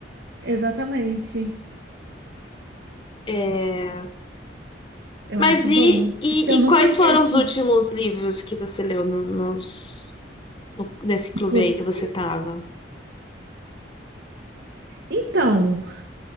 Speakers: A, on the right; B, on the left.
A: exatamente.
B: É...
A: Eu
B: Mas
A: acho
B: e,
A: bom,
B: e,
A: porque eu não
B: e quais
A: conheço
B: foram os últimos livros que você leu no, nos, no- nesse clube
A: o Clube
B: aí
A: do
B: que você
A: Livro.
B: tava?
A: Então.